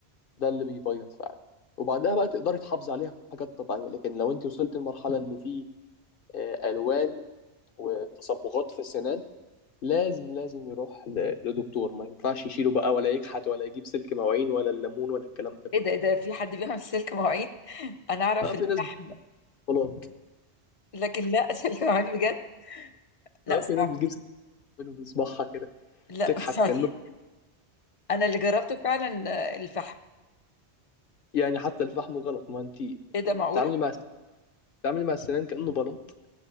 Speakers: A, on the left; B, on the left.
A: ده اللي بيبيض فعلا وبعدها بقى تقدري تحافظي عليها بحاجات طبيعية لكن لو انت وصلت لمرحلة ان في آه، ألوان وتصبغات في السنان لازم لازم يروح ل- لدكتور ما ينفعش يشيله بقى ولا يكحت ولا يجيب سلك مواعين ولا الليمون ولا الكلام ده كله
B: ايه ده ايه ده في حد بيعمل سلك مواعين <laughs> انا اعرف
A: اه
B: الفحم
A: في ناس بتجيب بلاط
B: لكن لا سلك مواعين بجد لا
A: اه في
B: صعبة
A: ناس بتجيب
B: دي
A: سلك مواعين في صباعها كده
B: لا
A: تكحت
B: <laughs> صعبة
A: كأنه
B: دي. انا اللي جربته فعلا آه، الفحم
A: يعني حتى الفحم غلط ما انت
B: ايه ده معقولة
A: تعاملي مع تعاملي مع السنان كأنه بلاط